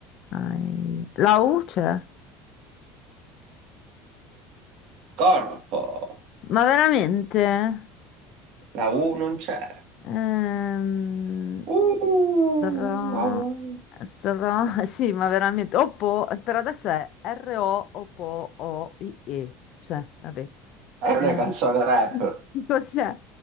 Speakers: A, on the left (about 55°); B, on the right (about 60°).
A: I- la U c'è?
B: Corpo,
A: Ma veramente?
B: la U non c'è.
A: Ehm,
B: Uh,
A: sra,
B: ah, wow.
A: sra- <laughs> sì, ma veramente. Oppo, per adesso è R-O, Oppo, O-I-E. Cioè, vabbè.
B: È
A: Eh,
B: una canzone rap.
A: <laughs> cos'è?